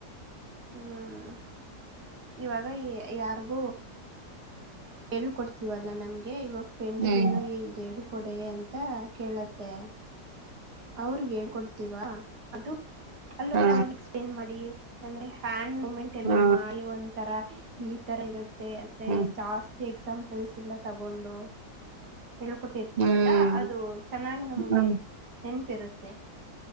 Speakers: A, on the right; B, on the right.
A: ಹ್ಮ್ ಇವಾಗ ಯಾರಿಗೂ ಹೇಳ್ಕೊಡ್ತೀವಲ್ಲಾ ನಮ್ಗೆ ಇವಾಗ ೆಂಡಿಗ
B: ಹ್ಮ್
A: ಏನೋ ಇದ ಹೇಳು ಕೊಡಿ ಅಂತ ಕೇಳತ್ತೆ ಅವ್ರಿಗೆ ಹೇಳ್ಕೊಡ್ತೀವಾ ಅದು ಅ
B: ಹಾ
A: ತರ ಅವ್ರ ಎಕ್ಸ್ಪ್ಲೇನ್ ಮಾಡಿ ಅಂದ್ರೆ ಹ್ಯಾಂಡ್ ಮೆಂಟ್ ಎಲ್ಲ
B: ಹಾ
A: ಮಾಡಿ ಒಂದ್ <unintelligible> ತರ ಈ ತರ ಇರುತ್ತ <unintelligible> ಅಂದ್ರೆ
B: ಹ್ಮ
A: ಜಾಸ್ತಿ ಎಕ್ಸಾಂಪಲ್ಸ್ ಎಲ್ಲ ತಗೊಂಡು ಹೇಳ್ಕೊಟ್ಟಿರ್ತೀವಲ್ಲಾ
B: ಹ್ಮ್
A: ಅದು ಚೆನ್ನಾಗಿ ನಮ್ಗೆ
B: ಹ್ಮ್
A: ನೆನಪಿರುತ್ತೆ ತ್ತೆ